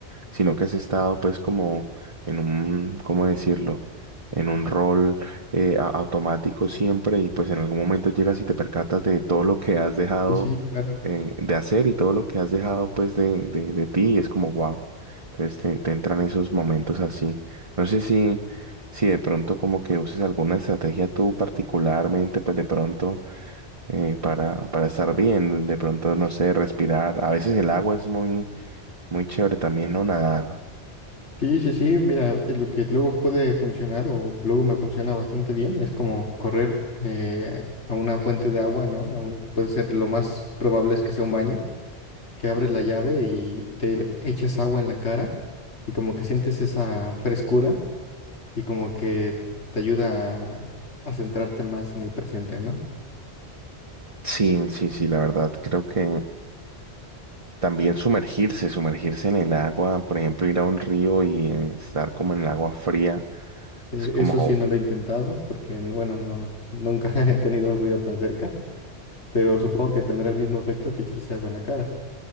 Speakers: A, on the right (about 30°); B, on the left (about 80°).
A: sino que has estado pues como en un, ¿cómo decirlo? En un rol eh, a- automático siempre y pues en algún momento llegas y te percatas de todo lo que has dejado
B: Sí, sí, claro.
A: eh, de hacer y todo lo que has dejado pues de, de, de ti y es como wow. Entonces te, te entran esos momentos así. No sé si, si de pronto como que uses alguna estrategia tú particularmente pues de pronto eh, para, para estar bien, de pronto, no sé, respirar. A veces el agua es muy, muy chévere también, ¿no? Nadar.
B: Sí, sí, sí, mira, eh, lo que luego puede funcionar o luego me funciona bastante bien es como correr eh, a una fuente de agua, ¿no? A un- puede ser lo más probable es que sea un baño, que abres la llave y te echas agua en la cara y como que sientes esa frescura y como que te ayuda a, a centrarte más en el presente, ¿no?
A: Sí, sí, sí, la verdad, creo que también sumergirse, sumergirse en el agua, por ejemplo, ir a un río y eh, estar como en el agua fría,
B: Eh,
A: es como,
B: eso sí no lo he intentado porque, bueno, no, nunca <laughs> he tenido un río tan cerca, pero supongo que tendrá el mismo efecto que echarse agua en la cara